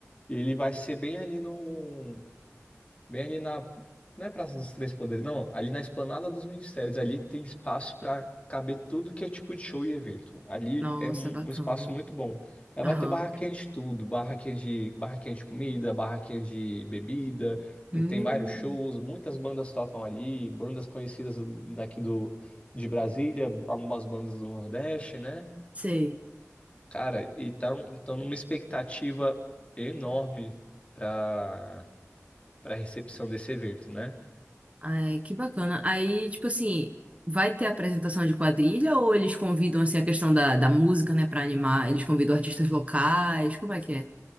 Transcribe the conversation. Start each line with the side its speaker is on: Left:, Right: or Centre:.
Left: ele vai ser bem ali no Bem ali na. Não é Praça dos Três Poderes, não. Ali na Esplanada dos Ministérios. Ali tem espaço para caber tudo que é tipo de show e evento. Ali
Right: Nossa,
Left: é um
Right: bacana.
Left: um espaço muito bom. Aí
Right: Aham.
Left: vai ter barraquinha de tudo: barraquinha de, barraquinha de comida, barraquinha de bebida.
Right: Hum,
Left: Tem vários shows, muitas bandas tocam ali, bandas conhecidas daqui do, de Brasília, algumas bandas do Nordeste, né?
Right: sei.
Left: Cara, e tão, tão numa expectativa enorme para para recepção desse evento, né?
Right: Ai, que bacana. Aí, tipo assim, vai ter apresentação de quadrilha ou eles convidam, assim, a questão da, da música, né, pra animar? Eles convidam artistas locais? Como é que é?